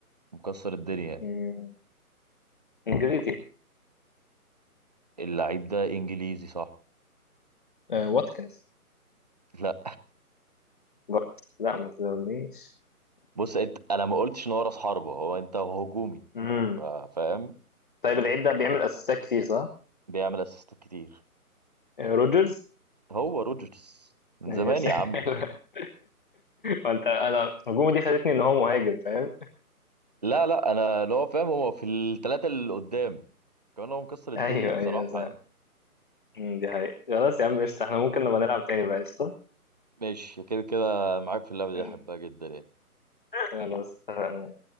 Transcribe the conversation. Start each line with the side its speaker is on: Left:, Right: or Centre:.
Right: مكسر الدنيا
Left: مم، انجليزي
Right: اللعيب ده انجليزي صح
Left: آه واتكنز
Right: لا
Left: برضه. لا ما تزولنيش
Right: بص انت انا ما قلتش ان هو راس حربة هو انت هجومي
Left: امم
Right: ف- فاهم
Left: طيب اللعيب ده بيعمل اسيستات كتير صح
Right: بيعمل اسيستات كتير
Left: آه، روجرز
Right: هو روجرز من
Left: ماشي.
Right: زمان يا
Left: <laughs>
Right: عم
Left: انت انا الهجوم دي خدتني ان هو مهاجم فاهم
Right: لا لا انا اللي هو فاهم هو في الثلاثة اللي قدام كمان هو مكسر الدنيا
Left: ايوه
Right: بصراحة
Left: ايوه صح.
Right: يعني
Left: أمم، دي حقيقة خلاص يا عم قشطة احنا ممكن نبقى نلعب تاني بقى قشطة
Right: ماشي كده كده معاك في اللعبة دي
Left: يعني
Right: احبها جدا يعني
Left: خلاص اتفقنا